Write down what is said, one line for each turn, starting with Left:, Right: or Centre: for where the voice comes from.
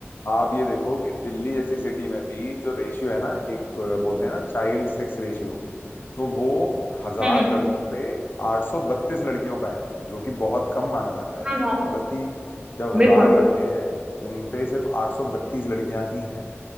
Left: आप ये देखो कि दिल्ली जैसी सिटी में भी जो रेशियो है ना एक अ, बोलते हैं ना चाइल्ड सेक्स रेशियो तो वो हजार
Right: हम्म हम्म
Left: लड़कों पे 832 लड़कियों का है जो कि बहुत कम माना जाता है
Right: हाँ हाँ,
Left: मतलब कि जब हजार
Right: बिल्कुल
Left: लड़के हैं उन पे सिर्फ 832 लड़कियां ही हैं